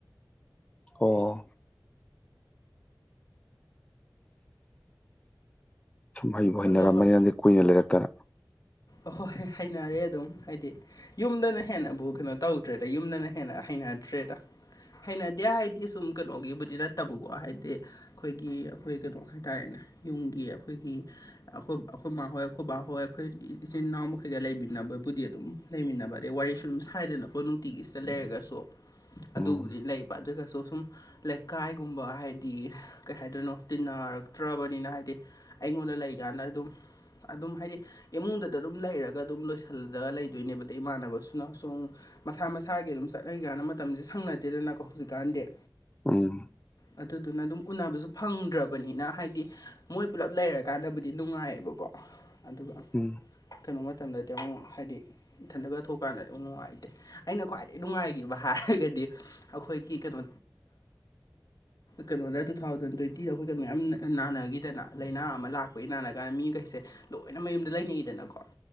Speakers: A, on the left; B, on the left.
A: ꯑꯣ ꯁꯨꯝ ꯍꯩꯕꯨ ꯍꯩꯅꯔꯝꯕꯅꯤꯅꯗꯤ
B: ꯑꯗꯣ
A: ꯀꯨꯏꯅ ꯂꯩꯔꯛꯇꯅ
B: ꯑꯍꯣꯏ ꯍꯩꯅꯔꯦ ꯑꯗꯨꯝ ꯍꯥꯏꯗꯤ ꯌꯨꯝꯗꯅ ꯍꯦꯟꯅꯕꯨ ꯀꯩꯅꯣ ꯇꯧꯗ꯭ꯔꯦꯗ ꯌꯨꯝꯗꯅ ꯍꯦꯟꯅ ꯍꯩꯅꯗ꯭ꯔꯦꯗ ꯍꯩꯅꯗꯦ ꯍꯥꯏꯗꯤ ꯁꯨꯝ ꯀꯩꯅꯣꯒꯤꯕꯨꯗꯤ ꯅꯠꯇꯕꯀꯣ ꯍꯥꯏꯗꯤ ꯑꯩꯈꯣꯏꯒꯤ ꯑꯩꯈꯣꯏ ꯀꯩꯅꯣ ꯍꯥꯏꯇꯥꯔꯦꯅꯦ ꯌꯨꯝꯒꯤ ꯑꯩꯈꯣꯏꯒꯤ ꯑꯈꯣꯏꯈꯣꯏ ꯃꯍꯈꯣꯏ ꯍꯣ ꯑꯩꯈꯣꯏ ꯏꯆꯤꯟ ꯏꯅꯥꯎ ꯃꯈꯩꯒ ꯂꯩꯃꯤꯟꯅꯕꯕꯨꯗꯤ ꯑꯗꯨꯝ ꯂꯩꯃꯤꯟꯅꯕ ꯑꯗꯩ ꯋꯥꯔꯤꯁꯨ ꯑꯗꯨꯝ ꯁꯥꯏꯗꯅꯀꯈꯣ ꯅꯨꯡꯇꯤꯒꯤꯁꯤꯇ ꯂꯩꯔꯒꯁꯨ ꯑꯗꯨꯕꯨꯗꯤ
A: ꯎꯝ
B: ꯂꯩꯕ ꯑꯗꯨꯒꯁꯨ ꯁꯨꯝ ꯂꯩꯀꯥꯏꯒꯨꯝꯕ ꯍꯥꯏꯗꯤ ꯀꯩ ꯍꯥꯏꯗꯣꯏꯅꯣ ꯇꯤꯟꯅꯔꯛꯇ꯭ꯔꯕꯅꯤꯅ ꯍꯥꯏꯗꯤ ꯑꯩꯉꯣꯟꯗ ꯂꯩꯀꯥꯟꯗ ꯑꯗꯨꯝ ꯑꯗꯨꯝ ꯍꯥꯏꯗꯤ ꯏꯃꯨꯡꯗ ꯑꯗꯨꯝ ꯂꯩꯔꯒ ꯑꯗꯨꯝ ꯂꯣꯏꯁꯤꯜꯂꯂꯒ ꯂꯩꯗꯣꯏꯅꯦꯕꯗ ꯏꯃꯥꯟꯅꯕꯁꯨꯅ ꯁꯨꯝ ꯃꯁꯥ ꯃꯁꯥꯒꯤ ꯑꯗꯨꯝ ꯆꯠꯅꯩ ꯀꯥꯟꯅ ꯃꯇꯝꯁꯦ ꯁꯪꯅꯗꯦꯗꯅꯀꯣ ꯍꯧꯖꯤꯛꯀꯥꯟꯗꯤ
A: ꯎꯝ
B: ꯑꯗꯨꯗꯨꯅ ꯑꯗꯨꯝ ꯎꯅꯕꯁꯨ ꯐꯪꯗ꯭ꯔꯕꯅꯤꯅ ꯍꯥꯏꯗꯤ ꯃꯣꯏ ꯄꯨꯂꯞ ꯂꯩꯔꯀꯥꯟꯗꯕꯨꯗꯤ ꯅꯨꯡꯉꯥꯏꯌꯦꯕꯀꯣ ꯑꯗꯨꯒ
A: ꯎꯝ
B: ꯀꯩꯅꯣ ꯃꯇꯝꯗꯗꯤ ꯑꯃꯨꯛ ꯍꯥꯏꯗꯤ ꯏꯊꯟꯗꯒ ꯊꯣꯛꯀꯥꯟꯗ ꯑꯗꯨꯝ ꯅꯨꯡꯉꯥꯏꯇꯦ ꯑꯩꯅ ꯈ꯭ꯋꯥꯏꯗꯒꯤ ꯅꯨꯡꯉꯥꯏꯈꯤꯕ ꯍꯥꯏꯔꯒꯗꯤ ꯑꯩꯈꯣꯏꯒꯤ ꯀꯩꯅꯣ ꯀꯩꯅꯣꯗ ꯇꯨ ꯊꯥꯎꯖꯟ ꯇ꯭ꯋꯦꯟꯇꯤꯗ ꯑꯩꯈꯣꯏꯒꯤ ꯃꯌꯥꯝ ꯅꯥꯟꯅꯈꯤꯗꯅ ꯂꯥꯏꯅꯥ ꯑꯃ ꯂꯥꯛꯄꯒꯤ ꯅꯥꯟꯅ ꯀꯥꯟꯗ ꯃꯤꯈꯩꯁꯦ ꯂꯣꯏꯅ ꯃꯌꯨꯝꯗ ꯂꯩꯅꯩꯗꯅꯀꯣ